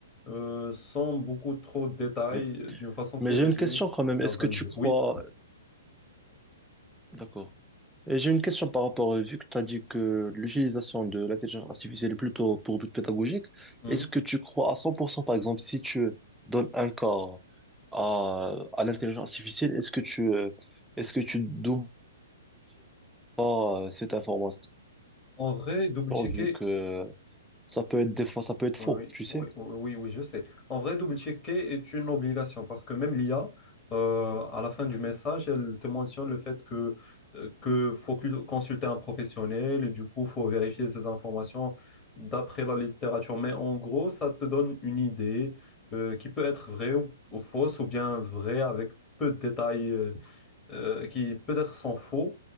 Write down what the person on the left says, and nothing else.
euh, sans beaucoup trop de détails,
euh, d'une façon
qui est
résumée
et organisée.
Oui.
Mhm.
En vrai, double-checker
Oui,
oui, oui, oui, oui, je sais. En vrai, double-checker est une obligation parce que même l'IA, euh, à la fin du message, elle te mentionne le fait que, euh, que faut cu- consulter un professionnel et du coup, faut vérifier ces informations d'après la littérature. Mais en gros, ça te donne une idée, euh, qui peut être vraie ou, ou fausse ou bien vraie avec peu de détails, euh, euh, qui peut-être sont faux.